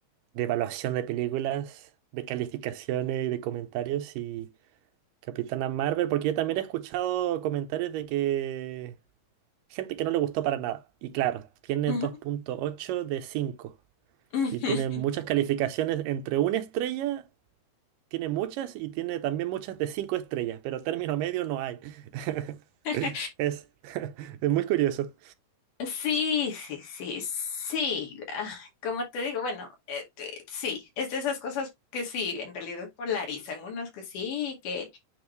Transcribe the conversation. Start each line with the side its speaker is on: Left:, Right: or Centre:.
Right: de evaluación de películas, de calificaciones y de comentarios y Capitana Marvel, porque yo también he escuchado comentarios de que gente que no le gustó para nada. Y claro, tiene
Left: Ujú,
Right: dos punto ocho de 5
Left: ujú.
Right: y tiene muchas calificaciones entre una estrella, tiene muchas y tiene también muchas de 5 estrellas, pero término medio no hay. <laughs>
Left: <laughs>
Right: Es, <laughs> es muy curioso.
Left: Sí, sí, sí, sí. ah, como te digo, bueno, eh, te- sí, es de esas cosas que sí, en realidad polarizan. Unos que sí, que